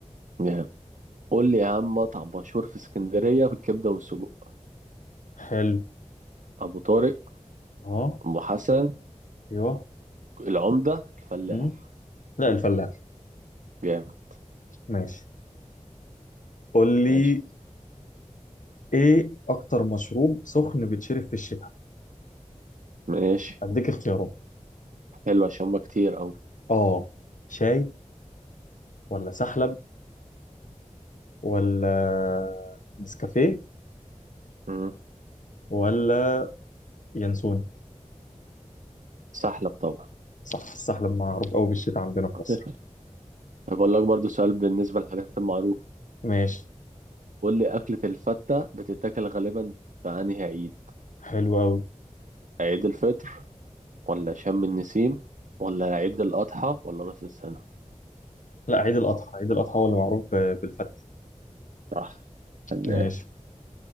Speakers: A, on the right; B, on the left.
A: نعم قول لي يا عم مطعم مشهور في اسكندريه بالكبده والسجق
B: حلو
A: ابو طارق
B: اه
A: ام حسن
B: ايوه
A: العمده الفلاح
B: مم. لا الفلاح
A: جامد
B: ماشي قول
A: ماشي
B: لي ايه اكتر مشروب سخن بيتشرب في الشتاء
A: ماشي
B: اديك اختيارات
A: حلو عشان هما كتير أوي
B: اه شاي ولا سحلب ولا نسكافيه
A: امم
B: ولا ينسون
A: سحلب طبعا
B: صح السحلب معروف قوي بالشتاء عندنا
A: <laughs>
B: في مصر
A: طب أقول لك برضو سؤال بالنسبة للحاجات المعروفة
B: ماشي
A: قول لي أكلة الفتة بتتاكل غالبا في أنهي عيد
B: حلو قوي
A: عيد الفطر ولا شم النسيم ولا عيد الأضحى ولا رأس السنة
B: لا عيد الأضحى عيد الأضحى هو اللي معروف ب- بالفتة
A: صح فنان.
B: ماشي